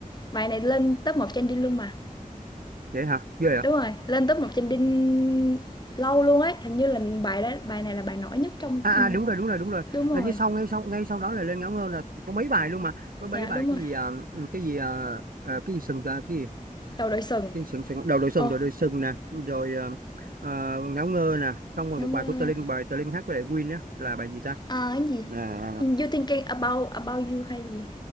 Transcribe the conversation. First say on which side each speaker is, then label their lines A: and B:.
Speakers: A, on the left (about 30°); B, on the right (about 80°).
A: Bài này lên top 1 trending luôn mà.
B: vậy hả ghê hả?
A: Đúng rồi, lên top 1 trending lâu luôn ấy, hình như là bài đó bài này là bài nổi nhất trong
B: à,
A: ừm,
B: à đúng rồi đúng rồi đúng rồi
A: đúng rồi.
B: Ờ, như sau ngay sau ngay sau đó là lên ngáo ngơ là có mấy bài luôn mà có mấy
A: Dạ
B: bài
A: đúng rồi.
B: cái gì à, ừ, cái gì à, à, cái gì sừng à, cái gì
A: Đầu đội sừng.
B: cái gì sừng sừng đầu đội sừng
A: Ồ,
B: đầu đội sừng nè rồi à, à, ngáo ngơ nè xong rồi
A: ngắm
B: một bài
A: ờ,
B: của Tơ Linh bài Tơ Linh hát với lại Win á là bài gì ta
A: À, cái gì?
B: à,
A: You thinking about about you hay gì?